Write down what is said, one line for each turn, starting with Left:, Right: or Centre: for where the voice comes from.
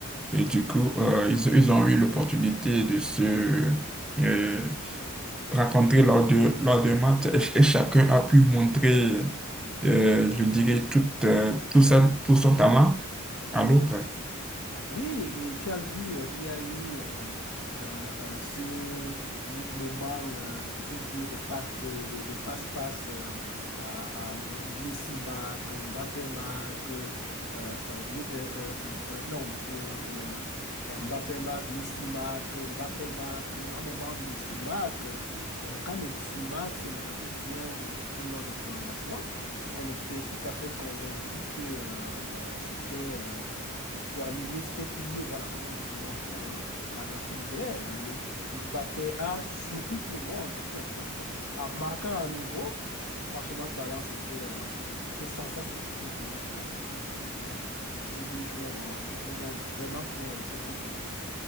Centre: et du coup, euh, ils, ils ont eu l'opportunité de se, euh, rencontrés lors de, lors de match et, et chacun a pu montrer, euh, je dirais, tout, euh, tout, sa- tout son talent à l'autre.
Left: Oui, et tu as vu, euh, il y a eu euh, euh, euh, ce mo- moment, euh, je peux dire, de passe, de, de, de passe-passe euh, à, à Messi marque, Mbappé marque, euh, euh, mais- euh, euh, euh, non, euh, euh, Mbappé marque, Messi marque, Mbappé marque. À un moment, Messi marque. Euh, quand Messi marque, si je me rappelle bien, euh, c'était lors des prolongations. On était tout à fait convaincus que euh, euh, c'était euh, euh, terminé, c'était plié, voilà, comme on dit souvent pour euh, l'Argentine. Mais, euh, mais Mbappé a surpris tout le monde <laughs> en marquant à nouveau. Franchement parlant, c'était euh, c'était sensationnel cette finale. C'était sensationnel. Et ces deux joueurs euh, nous ont vraiment fait beaucoup vibrer.